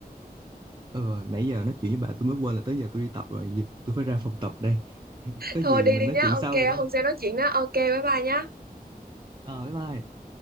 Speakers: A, on the right (about 30°); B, on the right (about 75°).
A: Ờ, nãy giờ nói chuyện với bà tôi mới quên là tới giờ tôi đi tập rồi Giờ tôi phải ra phòng tập đây có
B: Thôi
A: gì
B: đi
A: mình
B: đi
A: nói
B: nhá,
A: chuyện
B: ok,
A: sau được không
B: hôm sau nói chuyện đó, ok, bye bye nhá.
A: ờ bye bye